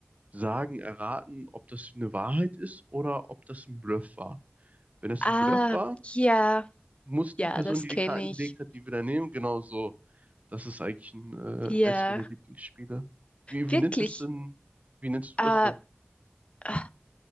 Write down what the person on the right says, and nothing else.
sagen, erraten, ob das eine Wahrheit ist oder ob das ein Bluff war. Wenn das
ein Bluff war,
muss die
Person,
die
die Karten gelegt
hat, die wieder nehmen, genauso. Das ist eigentlich ein, äh,
eins meiner Lieblingsspiele. Wie,
wie nennt es denn? Wie nennst
du das denn?